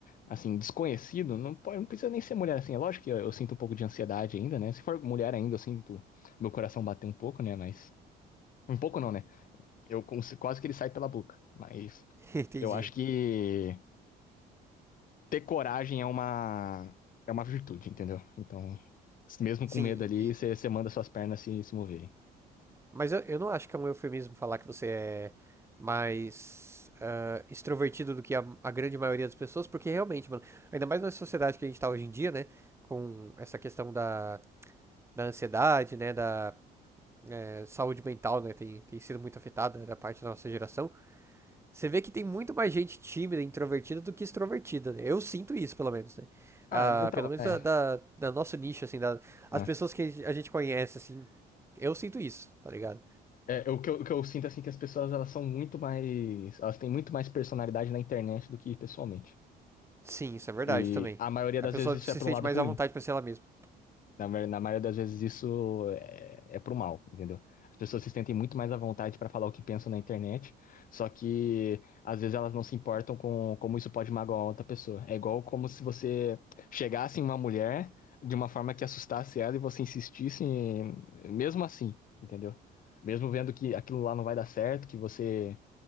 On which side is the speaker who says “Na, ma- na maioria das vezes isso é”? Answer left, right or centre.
Left